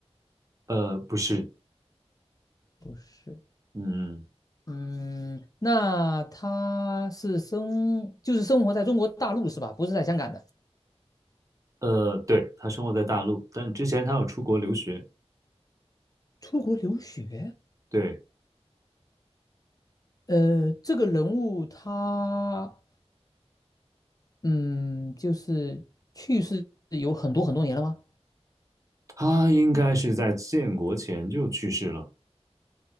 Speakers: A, on the right; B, on the left.
A: 呃，不是，
B: 不是。
A: 嗯。
B: 嗯，那他是生，就是生活在中国大陆是吧？不是在香港的。
A: 呃，对，他生活在大陆，但之前他有出国留学。
B: 出国留学？
A: 对，
B: 呃，这个人物他，嗯，就是去世有很多很多年了吗？
A: 他应该是在建国前就去世了。